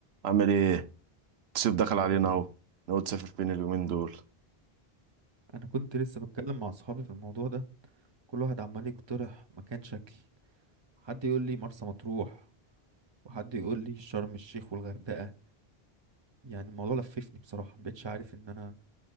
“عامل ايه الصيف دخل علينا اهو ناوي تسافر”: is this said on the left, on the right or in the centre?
Right